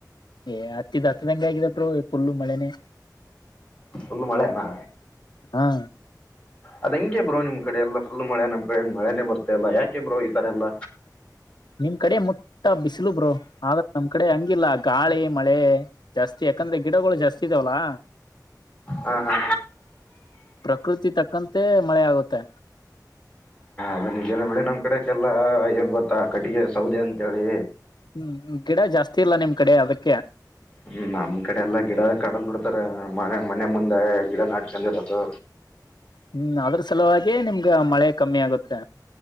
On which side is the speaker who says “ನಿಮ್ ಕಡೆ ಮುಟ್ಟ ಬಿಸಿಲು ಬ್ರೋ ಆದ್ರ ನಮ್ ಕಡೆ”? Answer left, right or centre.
Left